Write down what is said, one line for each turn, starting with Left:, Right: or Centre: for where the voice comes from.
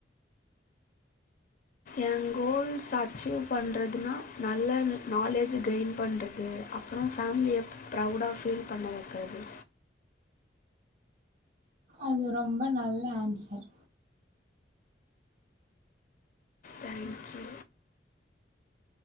Left: என் கோல்ஸ் அச்சீவ் பண்ணுறதுன்னா நல்ல நாலேஜ் கெயின் பண்ணுறது அப்புறம் ஃபேமிலியை எப்போ ப்ரௌடாக ஃபீல் பண்ண வைக்கிறது
Right: அது ரொம்ப நல்ல ஆன்சர்
Left: தேங்க்யூ